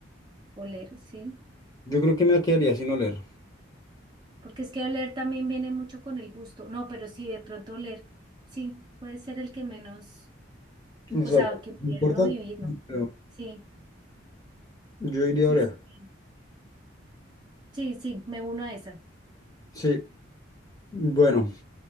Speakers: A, on the right; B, on the left.
A: oler, sí.
B: Yo creo que me quedaría sin oler.
A: Porque es que oler también viene mucho con el gusto. No, pero sí, de pronto oler, sí, puede ser el que menos,
B: O
A: o
B: sea,
A: sea, que pudiera
B: no importa,
A: no vivir, ¿no?
B: pero
A: Sí,
B: yo iría
A: sí,
B: a oler.
A: sí, sí, sí, sí, me uno a esa.
B: Sí, bueno.